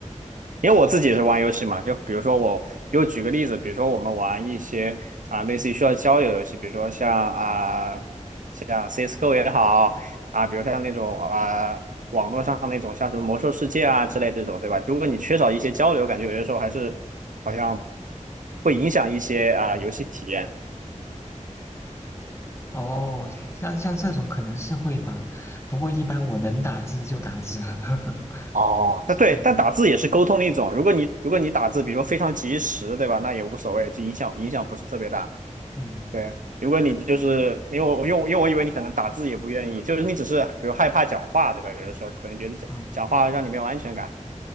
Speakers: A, on the right; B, on the left.
A: 因为我自己也是玩游戏嘛，就比如说我，比如举个例子，比如说我们玩一些啊、类似于需要交友游戏，比如说像啊、像 CS:GO 也好啊、比如像那种啊、网络上那种像什么魔兽世界啊之类这种，对吧？如果你缺少一些交流，感觉有些时候还是好像会影响一些啊、游戏体验。
B: 哦，像像这种可能是会吧，不过一般我能打字就打字。<laughs>
A: 哦，那对，
B: 嗯
A: 但打字也是沟通的一种。如果你如果你打字，比如说非常及时，对吧？那也无所谓，就影响影响不是特别大。
B: 嗯嗯，
A: 对，如果你就是因为我，
B: 对，
A: 因为我因为我以为你可能打字也不愿意，就是你只是比如害怕讲话，对吧？有的时候可能觉得讲讲话让你没有安全感
B: 嗯。